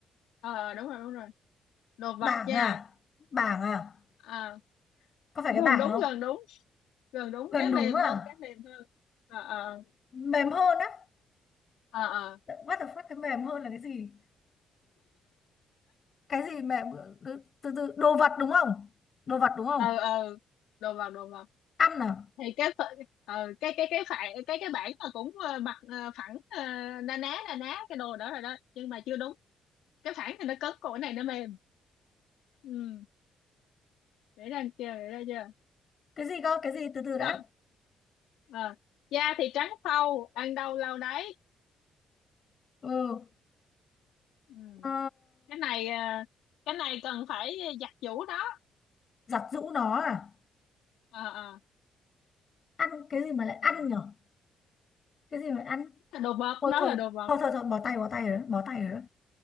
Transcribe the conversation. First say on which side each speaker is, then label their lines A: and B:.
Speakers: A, on the left; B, on the left.
A: ờ đúng rồi đúng rồi đồ
B: bảng
A: vật da
B: à bảng à
A: Ờ,
B: có phải
A: gần
B: cái bảng
A: đúng
B: không
A: gần đúng gần đúng
B: gần
A: cái
B: đúng
A: mềm
B: à
A: hơn cái mềm hơn ờ ờ
B: mềm hơn á
A: ờ ờ
B: what the fuck cái mềm hơn là cái gì cái gì mềm Ờ, từ từ từ- đồ vật đúng không đồ vật đúng không
A: ờ ờ. đồ vật đồ vật
B: ăn à
A: thì cái phở- ờ, cái cái cái phản cái cái bảng là cũng ờ, mặt ờ, phẳng ờ, na ná na ná cái đồ đó rồi đó nhưng mà chưa đúng cái phẳng thì nó cứng còn cái này nó mềm ừ để ra chưa để ra
B: cái gì cơ cái gì từ từ đã
A: chưa Ờ, da thì trắng phau ăn đâu lâu đấy
B: ừ
A: ừ.
B: ờ,
A: cái này ờ, cái này cần phải giặt giũ đó
B: giặt giũ nó à
A: Ờ, ờ,
B: ăn cái gì mà lại
A: ờ.
B: ăn nhở cái gì mà ăn
A: Cái đồ vật
B: thôi
A: nó
B: thôi
A: là đồ vật
B: thôi thôi thôi bỏ tay bỏ tay rồi đó, bỏ tay rồi đó